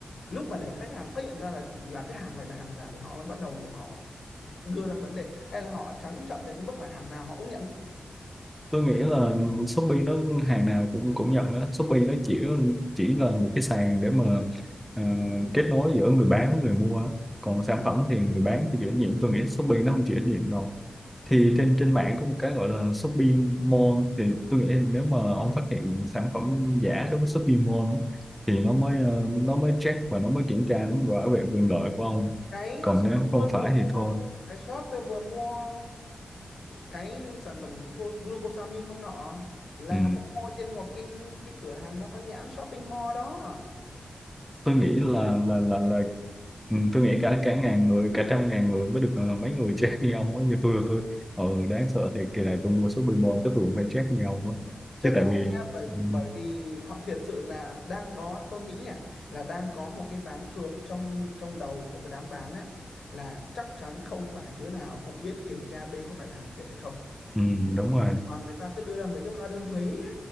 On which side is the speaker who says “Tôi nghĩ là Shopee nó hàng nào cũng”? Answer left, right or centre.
Centre